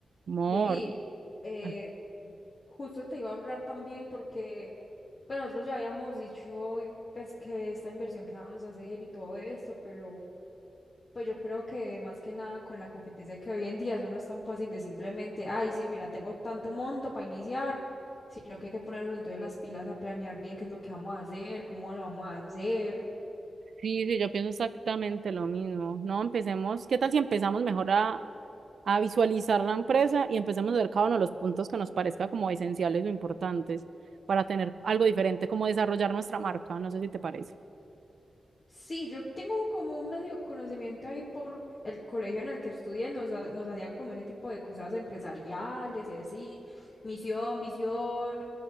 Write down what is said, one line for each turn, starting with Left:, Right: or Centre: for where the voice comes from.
Right: Mor.
Left: Baby, eh,
Right: Ah,
Left: justo te iba a hablar también porque pues, nosotros ya habíamos dicho pues que esta inversión que vamos a hacer y todo esto, pero pues yo creo que más que nada con la competencia que hoy en día eso no es tan fácil de simplemente, ay, sí, mira, tengo tanto monto para iniciar, sino que hay que ponernos entonces las pilas a planear bien qué es lo que vamos a hacer, cómo lo vamos a hacer.
Right: Sí, sí, yo pienso exactamente lo mismo. No, empecemos. ¿Qué tal si empezamos mejor a, a visualizar la empresa y empecemos a ver cada uno de los puntos que nos parezca como esenciales o importantes para tener algo diferente, como desarrollar nuestra marca? No sé si te parece.
Left: Sí, yo tengo como un medio conocimiento ahí por el colegio en el que estudié, nos, ha- nos hacían como ese tipo de cosas empresariales y así, misión, visión,